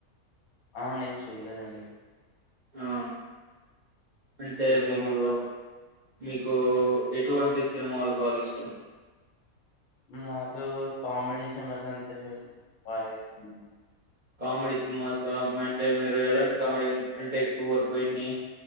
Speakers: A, on the left; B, on the right.
A: ఆ నేను చూడలేదండి.
B: ఆ అంటే
A: చూద్దాం
B: మీకు
A: ఒక
B: మీకు ఎటువంటి సినిమాలు బాగా ఇష్టం?
A: నాతూ కామెడీ సినిమాస్ అంటే బాగా ఇష్టం.
B: కామెడీ సినిమాస్ ఆ అంటే మీరు ఎలాంటి కామెడీ అంటే ఇప్పడు వరకు ఎన్ని?